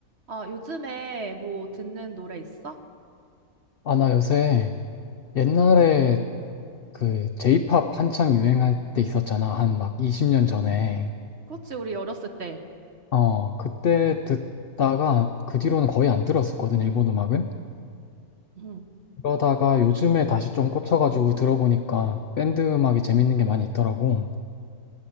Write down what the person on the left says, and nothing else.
아, 나 요새 옛날에 그 J-pop 한창 유행할 때 있었잖아. 한 막 20년 전에.
어, 그때 듣다가 그 뒤로는 거의 안 들었었거든, 일본 음악을.
그러다가 요즘에 다시 좀 꽂혀가지고 들어보니까 밴드 음악이 재밌는 게 많이 있더라고.